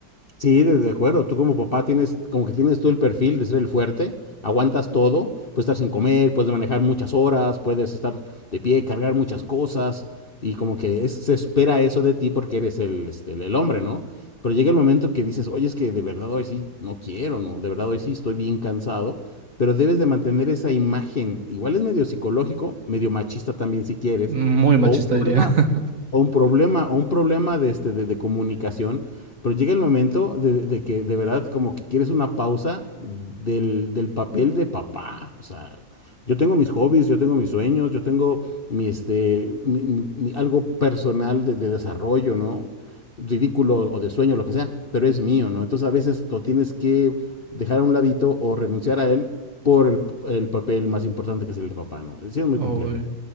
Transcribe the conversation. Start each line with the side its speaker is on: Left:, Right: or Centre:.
Left: Sí, de, de acuerdo. Tú como papá tienes, como que tienes todo el perfil de ser el fuerte, aguantas todo, puedes estar sin comer, puedes manejar muchas horas, puedes estar de pie, cargar muchas cosas, y como que es- se espera eso de ti porque eres el, este, el el hombre, ¿no? Pero llega el momento que dices, oye, es que de verdad hoy sí no quiero, ¿no? De verdad hoy sí estoy bien cansado, pero debes de mantener esa imagen. Igual es medio psicológico, medio machista también si quieres,
Right: Muy machista,
Left: o un problema,
Right: diría. <laughs>
Left: o un problema, o un problema de, este, de de comunicación pero llega el momento de, de que de verdad como que quieres una pausa del, del, papel de papá. O sea, yo tengo mis hobbies, yo tengo mis sueños, yo tengo mi, este, mi, mi, mi, algo personal de, de desarrollo, ¿no? Ridículo o de sueño, lo que sea, pero es mío, ¿no? Entonces a veces lo tienes que dejar a un ladito o renunciar a él por el, el, papel más importante que es el de papá, ¿no? Sí, es muy
Right: Oh,
Left: complejo.